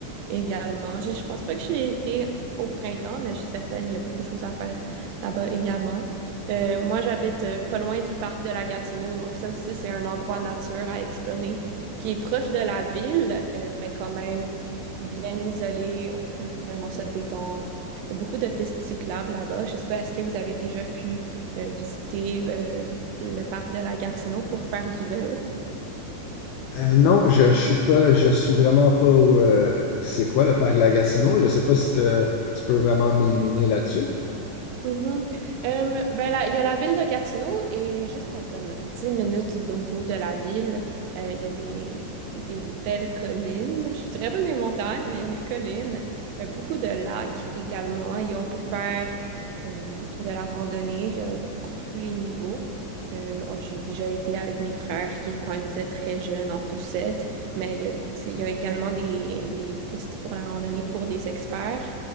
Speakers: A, on the right; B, on the left.
A: également. Je, je pense pas que j'ai été au printemps, mais je suis certaine qu'il y a beaucoup de choses à faire là-bas également. Euh, moi, j'habite euh, pas loin du parc de la Gatineau, donc ça aussi, c'est un endroit nature à explorer qui est proche de la ville, euh, mais quand même bien isolé. On peut vraiment se détendre il y a beaucoup de pistes cyclables là-bas. Je sais pas, est-ce que vous avez déjà pu euh, visiter euh, le parc de la Gatineau pour faire du vélo?
B: Euh, non, je, je suis pas, je suis vraiment pas au, euh, c'est quoi le parc Lagacino? Je sais pas si te- tu peux vraiment m'éliminer là-dessus.
A: Mhm. Euh, ben là, il y a la ville de Gatineau et juste à comme 10 minutes d'auto de la ville, euh, il y a des, des belles collines. Je suis très bonne des montagnes, mais il y a des collines, Euh, beaucoup de lacs également et on peut faire euh, de la randonnée il y a pour tous les niveaux. Euh, on- j'ai déjà été avec mes frères qui, quand ils étaient très jeunes, en poussette, mais il y a, c'est- il y a également des, des pistes pour la randonnée pour des experts.